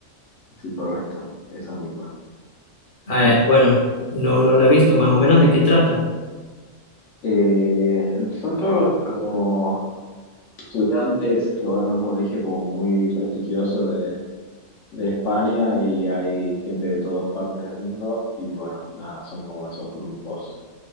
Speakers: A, on the left; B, on the left.
A: sí, correcto. Esa misma.
B: Ah,
A: <laughs>
B: eh, bueno, no, no la he visto, más o menos de qué trata.
A: Eh, son todos como estudiantes que van a un colegio como muy prestigioso de, de España y hay gente de todas partes del mundo y bueno, nada, son como esos grupos